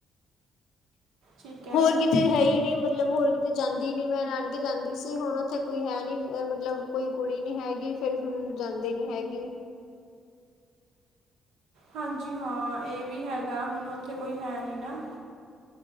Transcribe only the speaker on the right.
ਠੀਕ ਹੈ
ਹਾਂਜੀ ਹਾਂ ਇਹ ਵੀ ਹੈਗਾ ਹੁਣ ਉੱਥੇ ਕੋਈ ਹੈ ਨੀ ਨਾ